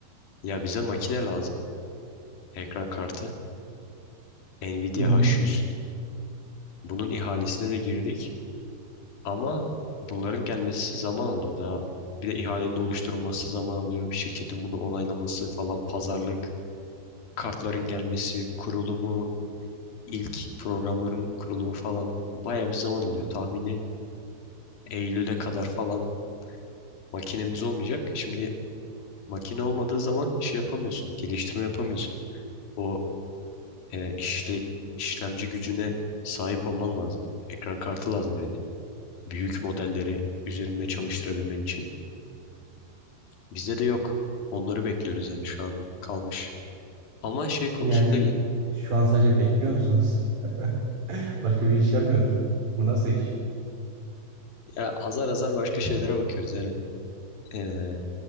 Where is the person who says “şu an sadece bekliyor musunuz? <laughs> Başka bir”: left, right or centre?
Right